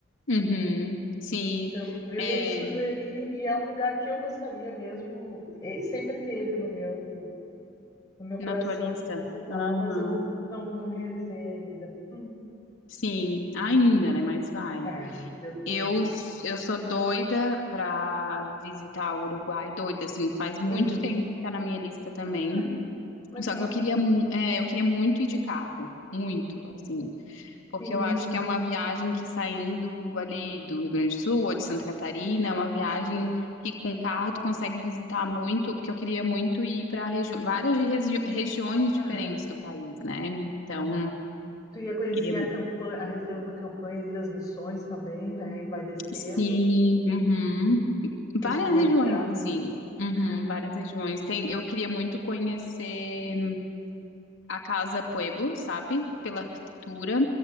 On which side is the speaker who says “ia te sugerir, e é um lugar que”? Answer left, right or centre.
Left